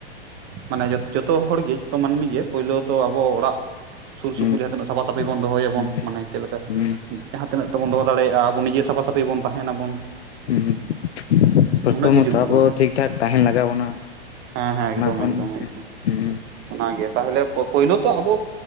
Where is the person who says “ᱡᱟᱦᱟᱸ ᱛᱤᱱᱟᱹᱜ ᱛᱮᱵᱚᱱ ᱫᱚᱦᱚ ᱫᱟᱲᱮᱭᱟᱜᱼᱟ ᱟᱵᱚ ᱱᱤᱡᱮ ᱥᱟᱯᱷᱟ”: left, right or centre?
Right